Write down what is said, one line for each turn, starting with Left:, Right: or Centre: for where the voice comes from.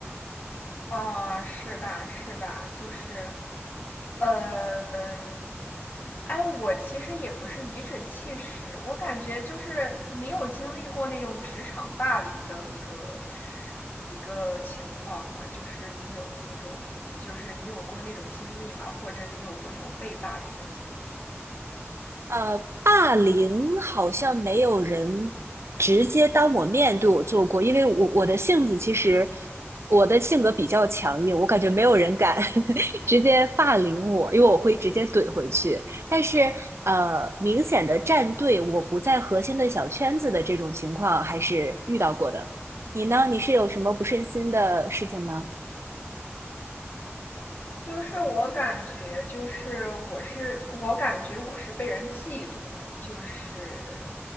Left: 啊、呃是吧？是吧？就是，呃，哎，我其实也不是颐指气使，我感觉就是你有经历过那种职场霸凌的一个一个情况吗？就是你有那种，就是你有过那种经历吗？或者你有过那种被霸凌的经历吗？
Right: 呃，霸凌好像没有人直接当我面对我做过，因为我我的性子其实我的性格比较强硬，我感觉没有人敢 <laughs> 直接霸凌我，因为我会直接怼回去。但是呃，明显的站队，我不在核心的小圈子的这种情况还是遇到过的。你呢？你是有什么不顺心的事情吗？
Left: 就是我感觉，就是我是我感觉我是被人嫉妒了，就是